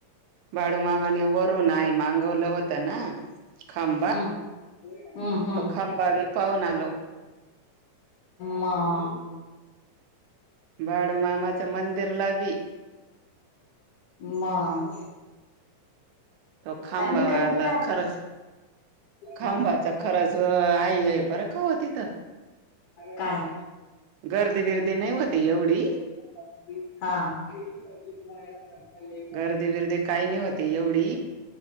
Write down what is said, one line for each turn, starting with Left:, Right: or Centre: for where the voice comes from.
Right: बाडू मामानं वरून आई मागवलं होत ना. खांबा
Left: हम्म हम्म हम्म
Right: तो खांबा बी पाहून आलो.
Left: मग.
Right: बाडूमामाच्या मंदिरला बी.
Left: मग
Right: तो खांबाला
Left: चांगली गर्दी राहते
Right: खरंच खांबाच
Left: हा
Right: खरच आई हे खरं. थो हो तिथं
Left: काय
Right: गर्दी बर्दी नाही होती एवढी.
Left: हां.
Right: गर्दी बिरदी काही नाही होत एवढी.